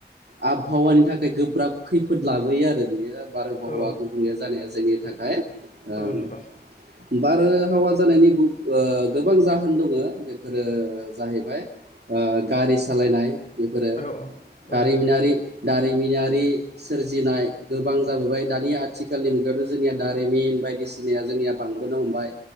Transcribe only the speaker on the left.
औ
औ नोंथां
औ नोंथां औ औ
नोंथां औ नोंथां औ